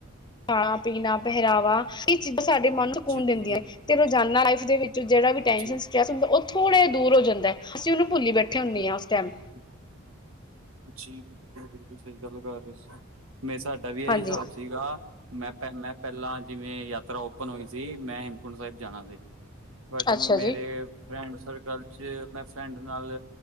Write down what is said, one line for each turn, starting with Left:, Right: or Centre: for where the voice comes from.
Left: ਖਾਣਾ, ਪੀਣਾ, ਪਹਿਰਾਵਾ ਇਹ ਚੀਜ਼ਾਂ ਸਾਡੇ ਮਨ ਨੂੰ ਸਕੂਨ
Right: ਜੀ
Left: ਦਿੰਦੀਆਂ
Right: ਜੀ ਜੀ
Left: ਤੇ ਰੋਜ਼ਾਨਾ ਲਾਈਫ ਦੇ ਵਿੱਚ। ਜਿਹੜਾ ਵੀ ਟੈਂਸ਼ਨ
Right: ਜੀ
Left: ਸਟਰੈਸ ਹੁੰਦਾ। ਉਹ ਥੋੜਾ ਜਿਹਾ ਦੂਰ ਹੋ ਜਾਂਦਾ ਹੈ। ਅਸੀ ਉਹਨੂੰ ਭੁੱਲੀ ਬੈਠੇ ਹੁੰਦੇ ਹਾਂ ਉਸ ਟਾਈਮ।
Right: ਹਾਂ ਜੀ ਬਿਲਕੁਲ ਬਿਲਕੁਲ ਸਹੀ ਗੱਲ ਕਰ ਰਹੇ ਸੀ ਮੈਂ ਸਾਡਾ ਵੀ ਇਹੀ
Left: ਹਾਂਜੀ।
Right: ਹਿਸਾਬ ਸੀਗਾ। ਮੈਂ ਪ ਮੈਂ ਪਹਿਲਾਂ ਜਿਵੇਂ ਯਾਤਰਾ ਓਪਨ ਹੋਈ ਸੀ। ਮੈਂ ਹੇਮਕੁੰਟ ਸਾਹਿਬ ਜਾਣਾ ਸੀ। ਬਟ
Left: ਅੱਛਾ
Right: ਮੇਰੇ।
Left: ਜੀ
Right: ਫਰੈਂਡ ਸਰਕਲ 'ਚ ਮੈਂ ਫਰੈਂਡ ਨਾਲ